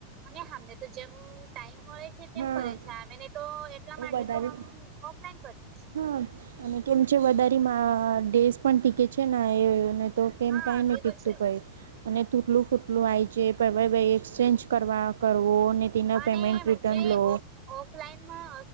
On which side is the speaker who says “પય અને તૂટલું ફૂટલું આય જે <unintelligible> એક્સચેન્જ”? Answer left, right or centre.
Right